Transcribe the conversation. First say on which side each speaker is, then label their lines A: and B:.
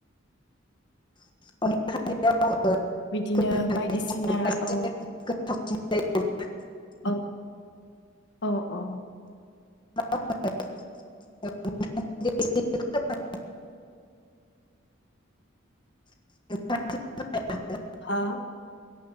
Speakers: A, on the left; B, on the left.
A: <unintelligible>
B: बिदिनो बायदिसिना
A: <unintelligible>
B: औ औ औ औ
A: <unintelligible> <unintelligible>
B: हा